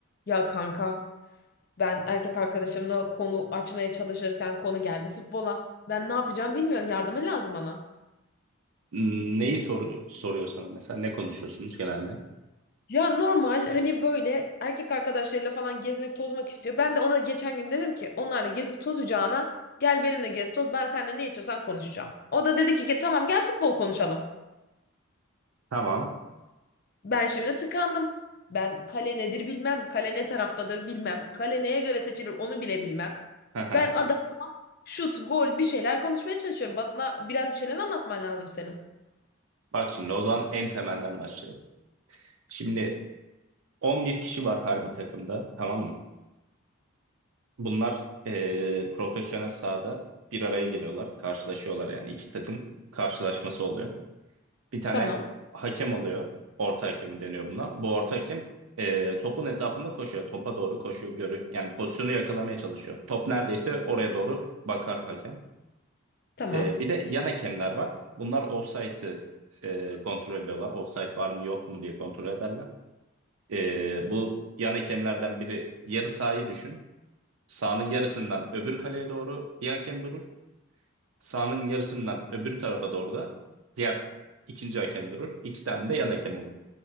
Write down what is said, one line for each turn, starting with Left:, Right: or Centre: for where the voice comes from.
Left: Ya kanka ben erkek arkadaşımla konu açmaya çalışırken konu geldi futbola. Ben ne yapacağım bilmiyorum yardımın lazım bana.
Right: Neyi sor- soruyor sana mesela? Ne konuşuyorsunuz genelde?
Left: Ya normal hani böyle erkek arkadaşlarıyla falan gezmek tozmak istiyor. Ben de ona geçen gün dedim ki onlarla gezip tozacağına gel benimle gez toz ben seninle ne istiyorsan konuşacağım. O da dedi ki "Ge- tamam gel futbol konuşalım.
Right: Tamam.
Left: Ben şimdi tıkandım. Ben kale nedir bilmem. Kale ne taraftadır bilmem. Kale neye göre seçilir onu bile bilmem.
Right: Hı hı.
Left: Ben adam Şut, gol, bir şeyler konuşmaya çalışıyorum. Bana biraz bir şeyler anlatman lazım senin.
Right: Bak şimdi o zaman en temelden başlayalım. Şimdi 11 kişi var her bir takımda tamam mı? Bunlar eee, profesyonel sahada bir araya geliyorlar. Karşılaşıyorlar yani iki takım karşılaşması oluyor. Bir tane
Left: Tamam,
Right: hakem oluyor. Orta hakemi deniyor buna. Bu orta hakem eee, topun etrafında koşuyor. Topa doğru koşuyor. Görü yani pozisyonu yakalamaya çalışıyor. Top neredeyse oraya doğru bakar hakem.
Left: tamam.
Right: Ee, bir de yan hakemler var. Bunlar ofsaytı e, kontrol ediyorlar. Ofsayt var mı yok mu diye kontrol ederler. Ee, bu yan hakemlerden biri yarı sahayı düşün. Sahanın yarısından öbür kaleye doğru bir hakem durur. Sahanın yarısından öbür tarafa doğru da diğer ikinci hakem durur. İki tane de yan hakem olur.